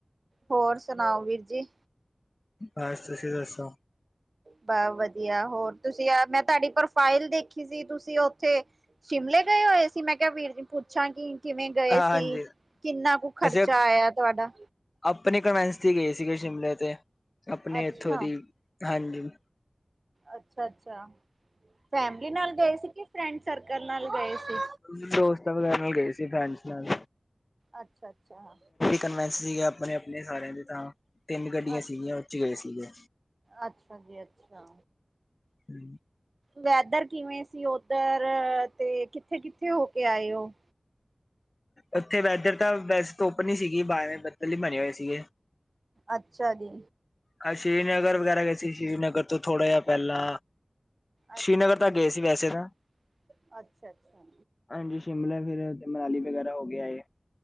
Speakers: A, on the right; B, on the left.
A: ਹੋਰ ਸੁਣਾਓ ਵੀਰ ਜੀ?
B: ਬਸ, ਤੁਸੀਂ ਦੱਸੋ?
A: ਬ ਵਧੀਆ ਹੋਰ ਤੁਸੀਂ, ਮੈਂ ਤੁਹਾਡੀ ਪ੍ਰੋਫਾਈਲ ਦੇਖੀ ਸੀ ਤੁਸੀਂ ਉੱਥੇ ਸ਼ਿਮਲੇ ਗਏ ਹੋਏ ਸੀ, ਮੈਂ ਕਿਹਾ ਵੀਰ ਨੂੰ ਪੁੱਛਾਂਗੀ। ਕਿਵੇਂ ਗਏ
B: ਹਾਂਜੀ
A: ਸੀ, ਕਿੰਨਾ ਕੁ ਖਰਚਾ
B: ਅਸੀਂ
A: ਆਇਆ ਤੁਹਾਡਾ?
B: ਆਪਣੇ ਕਨਵੈਂਸ ਦੀ ਗਏ ਸੀਗੇ ਸ਼ਿਮਲੇ ਤੇ, ਆਪਣੇ
A: ਅੱਛਾ
B: ਇੱਥੋਂ ਦੀ, ਹਾਂਜੀ।
A: ਅੱਛਾ- ਅੱਛਾ, ਫੈਮਲੀ ਨਾਲ ਗਏ ਸੀ ਕਿ ਫਰੈਂਡ ਸਰਕਲ ਨਾਲ ਗਏ ਸੀ?
B: ਹਾਂਜੀ ਦੋਸਤਾਂ ਵਗੈਰਾ ਨਾਲ ਗਏ ਸੀ, ਫਰੈਂਡਸ ਨਾਲ
A: ਅੱਛਾ ਅੱਛਾ
B: ਕਨਵੈਂਸ ਸੀਗੇ ਆਪਣੇ- ਆਪਣੇ ਸਾਰਿਆਂ ਦੇ ਤਾਂ, ਤਿੰਨ ਗੱਡੀਆਂ
A: ਅੱਛਾ
B: ਸੀਗੀਆਂ ਉਹ 'ਚ ਗਏ ਸੀਗੇ।
A: ਅੱਛਾ ਜੀ ਅੱਛਾ।
B: ਹੂ।
A: ਵੈਦਰ ਕਿਵੇਂ ਸੀ ਓਧਰ, ਤੇ ਕਿੱਥੇ- ਕਿੱਥੇ ਹੋ ਕੇ ਆਏ ਹੋ?
B: ਉੱਥੇ ਵੈਦਰ ਤਾਂ ਵੈਸੇ ਧੁੱਪ ਨੀ ਸੀਗੀ, ਮਾੜੇ ਬੱਦਲ ਹੀ ਬਣੇ ਹੋਏ ਸੀਗੇ।
A: ਅੱਛਾ ਜੀ।
B: ਹਾਂ ਸ਼੍ਰੀਨਗਰ ਵਗੈਰਾ ਗਏ ਸੀ। ਸ਼੍ਰੀਨਗਰ ਤੋਂ ਥੋੜ੍ਹਾ ਜਿਹਾ ਪਹਿਲਾਂ
A: ਅੱਛਾ
B: ਸ਼੍ਰੀਨਗਰ
A: ਜੀ,
B: ਤਾਂ
A: ਅ
B: ਗਏ ਸੀ ਵੈਸੇ ਤਾਂ
A: ਅੱਛਾ ਅੱਛਾ।
B: ਹਾਂਜੀ ਸ਼ਿਮਲਾ ਫੇਰ ਮਨਾਲੀ ਵਗੈਰਾ ਹੋ ਕੇ ਆਏ।